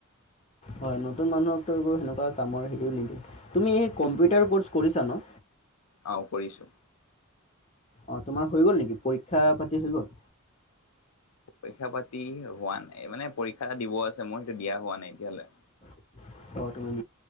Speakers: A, on the left (about 30°); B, on the left (about 80°).
A: হয় নতুন মানুহকতো একো সেনেকুৱা কামৰ হেৰিও নিদিয়ে তুমি এই কম্পিউটাৰ ক'ৰ্চ কৰিছা ন
B: অ কৰিছোঁ
A: অ তোমাৰ হৈ গল নেকি পৰীক্ষা পাতি হৈ গল
B: পৰীক্ষা পাতি হোৱা নাই মানে পৰীক্ষা এটা দিব আছে মই সেইটো দিয়া হোৱা নাই এতিয়ালে
A: অ <unintelligible>